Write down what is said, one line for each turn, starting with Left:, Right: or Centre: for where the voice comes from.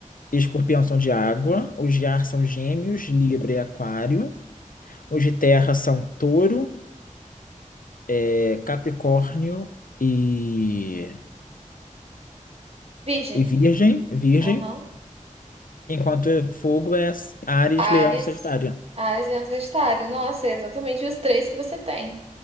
Left: e escorpião são de água. Os de ar são gêmeos, libra e aquário. Os de terra são touro, é, capricórnio e,
Right: Virgem.
Left: e virgem, virgem.
Right: Aham.
Left: Enquanto fogo é Áries,
Right: Ares.
Left: leão, sagitário.
Right: Ares, leão, sagitário. Nossa, é exatamente os três que você tem.